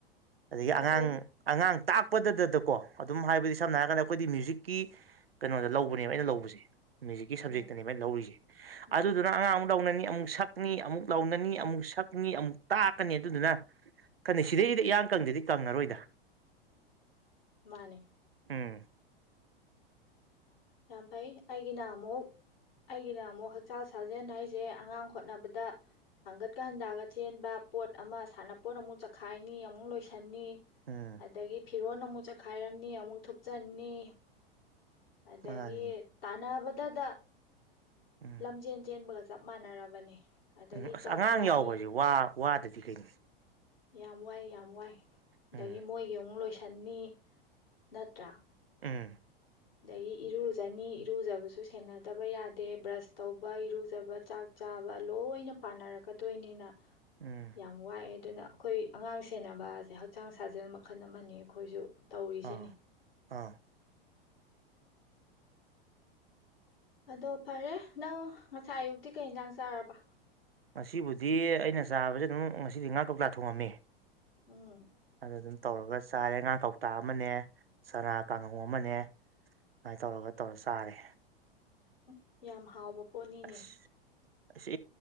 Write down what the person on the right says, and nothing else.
ꯑꯗꯒꯤ
ꯑꯉꯥꯡ ꯑꯉꯥꯡ ꯇꯥꯛ ꯎ ꯄꯄꯗꯗꯗꯀꯣ ꯑꯗꯨꯝ ꯍꯥꯏꯕꯗꯤ
ꯁꯝꯅ ꯍꯥꯏꯔꯒꯗ ꯑꯩꯈꯣꯏꯗꯤ ꯃ꯭ꯌꯨꯖꯤꯛ ꯀꯤ ꯀꯩꯅꯣꯗ ꯂꯧꯕꯅꯦꯕ ꯑꯩꯅ ꯂꯧꯕꯁꯦ ꯃ꯭ꯌꯨꯖꯤꯛꯀꯤ ꯁꯕꯖꯦꯛꯇꯅꯦꯕꯥꯏꯅ
ꯂꯧꯔꯤꯁꯦ
ꯑꯗꯨꯗꯨꯅ ꯑꯉꯥꯡ ꯑꯃꯨꯛꯗꯧꯅ ꯑꯃꯨꯛ ꯁꯛꯅꯤ ꯑꯃꯨꯛ ꯂꯧꯥꯎꯅꯅꯤ ꯑꯃꯨꯛ ꯁꯛꯅꯤ ꯑꯃꯨꯛ ꯇꯥꯛꯀꯅꯤ ꯑꯗꯨꯗꯨꯅ ꯈꯟꯅꯩ ꯁꯤꯗꯩꯁꯤꯗꯤ ꯏꯌꯥꯡ ꯀꯪꯗꯗꯤ ꯀꯪꯉꯔꯣꯏꯗ
ꯎꯝ
ꯎꯝ
ꯃꯥꯅꯤ
ꯎꯝ
ꯎꯝ ꯑꯁ
ꯑꯉꯥꯡ
ꯌꯥꯎꯕꯁꯦ ꯋꯥ ꯋꯥꯗꯗꯤ ꯀꯩꯅꯣ
ꯎꯝ
ꯎꯝ
ꯎꯝ
ꯑꯥ ꯑꯥ
ꯉꯁꯤꯕꯨꯗꯤ ꯑꯩꯅ ꯆꯥꯕꯁꯦ ꯑꯗꯨꯝ ꯉꯁꯤꯗꯤ ꯉꯥ ꯀꯧꯇꯥ ꯊꯣꯡꯉꯝꯃꯦ
ꯑꯗꯨꯝ ꯇꯧꯔꯒ ꯆꯥꯔꯦ ꯉꯥ ꯀꯧꯇꯥ ꯑꯃꯅꯦ ꯁꯅꯥ ꯀꯥꯡꯍꯧ ꯑꯃꯅꯦ ꯁꯃꯥꯏꯅ ꯇꯧꯔꯒ ꯇꯧꯔ ꯆꯥꯔꯦ
ꯑꯁ ꯑꯁꯤ